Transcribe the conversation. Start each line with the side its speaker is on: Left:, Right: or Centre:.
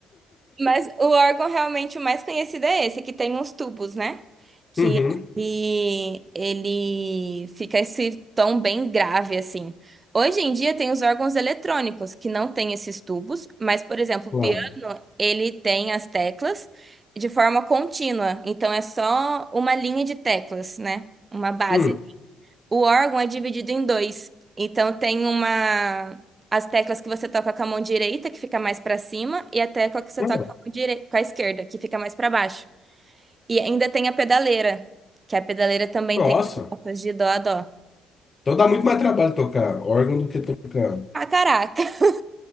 Right: Mas o órgão realmente o mais conhecido é esse, que tem uns tubos, né? Que
Left: Uhum,
Right: ele, ele fica esse tom bem grave, assim. Hoje em dia tem os órgãos eletrônicos, que não tem esses tubos, mas, por exemplo, o
Left: claro.
Right: piano, ele tem as teclas de forma contínua. Então, é só uma linha de teclas, né? Uma base.
Left: Hum,
Right: O órgão é dividido em dois. Então tem uma as teclas que você toca com a mão direita, que fica mais para cima, e a tecla que você
Left: ah,
Right: toca com a, mão direi- com a esquerda, que fica mais para baixo. E ainda tem a pedaleira, que a pedaleira também
Left: nossa.
Right: tem as notas de dó a dó.
Left: Então dá muito mais trabalho tocar órgão do que tocar.
Right: Ah, caraca. <laughs>